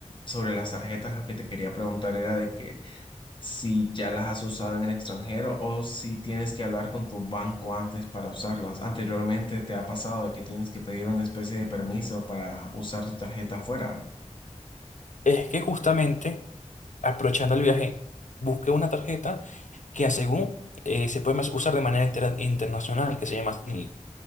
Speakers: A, on the left; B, on the left.
A: sobre las tarjetas, lo que te quería preguntar era de que si ya las has usado en el extranjero o si tienes que hablar con tu banco antes para usarlas. Anteriormente te ha pasado de que tienes que pedir una especie de permiso para usar tu tarjeta afuera.
B: Es que justamente aprovechando el viaje, busqué una tarjeta que a según eh, se puede más usar de manera intera- internacional, que se llama... Zenly.